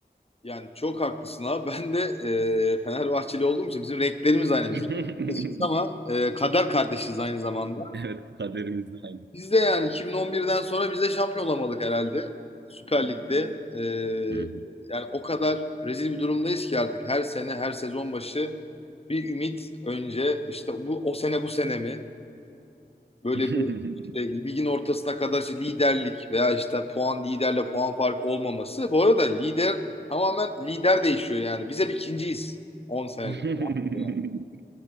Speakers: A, on the left (about 35°); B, on the right (about 75°).
A: Yani çok haklısın abi. Ben de e, Fenerbahçeli olduğum için bizim renklerimiz aynı
B: <laughs>
A: bizim. Ama e, kader kardeşiz aynı zamanda.
B: Evet, kaderimiz de aynı.
A: Biz de yani 2011'den sonra biz de şampiyon olamadık herhalde. Süper Lig'de.
B: Hı
A: E, yani o kadar rezil bir durumdayız ki artık. Her sene, her sezon başı bir ümit önce işte bu o sene bu sene mi? Böyle
B: hı.
A: bir işte ligin ortasına kadar işte liderlik veya işte puan liderle puan farkı olmaması. Bu arada lider tamamen lider değişiyor yani. Biz hep ikinciyiz 10 senedir.
B: <laughs>
A: Yani